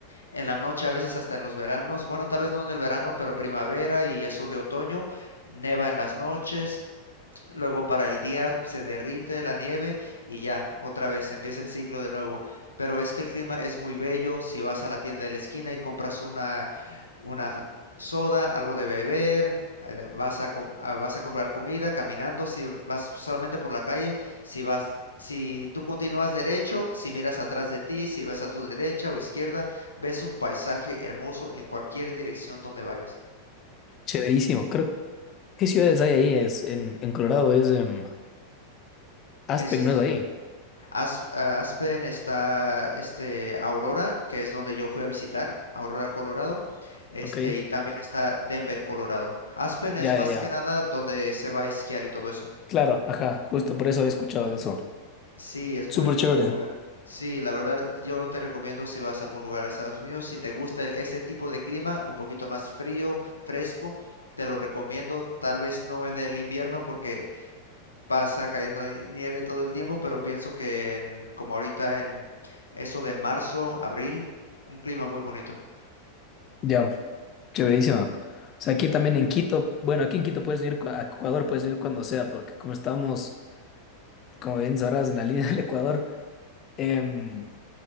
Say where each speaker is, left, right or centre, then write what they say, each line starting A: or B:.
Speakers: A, on the left; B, on the left.
A: En la noche a veces hasta en los veranos, bueno, tal vez no en el verano, pero primavera y eso de otoño, neva en las noches. Luego para el día se derrite la nieve y ya, otra vez empieza el ciclo de nuevo. Pero es que el clima es muy bello. Si vas a la tienda de la esquina y compras una, una soda, algo de beber, eh, vas a, com- ah, vas a comprar comida caminando, si vas solamente por la calle, si vas, si tú continúas derecho, si miras atrás de ti, si ves a tu derecha o izquierda, ves un paisaje hermoso en cualquier dirección donde vayas.
B: Chéverísimo. Creo, ¿qué ciudades hay ahí? Es en, en Colorado es em,
A: Es
B: Aspen,
A: este
B: no es ahí.
A: As- a Aspen está este, Aurora, que es donde yo fui a visitar, Aurora, Colorado, este,
B: Ok.
A: y también está Denver, Colorado. Aspen es
B: Ya,
A: más
B: ya, ya.
A: que nada donde se va a esquiar y todo eso.
B: Claro, ajá. Justo por eso he escuchado de eso.
A: Sí, es muy
B: Súper chévere.
A: popular. Sí, la verdad, yo te recomiendo si vas a algún lugar de Estados Unidos, si te gusta el- ese tipo de clima, un poquito más frío, fresco, te lo recomiendo. Tal vez no en el invierno porque pasa cayendo ni- nieve todo el tiempo, pero pienso que en- como ahorita en eso de marzo, abril, un clima muy bonito.
B: Ya, chéverísimo. O sea, aquí también en Quito, bueno, aquí en Quito puedes venir cu- a Ecuador, puedes venir cuando sea, porque como estamos como bien sabrás, en la <laughs> línea del Ecuador, em,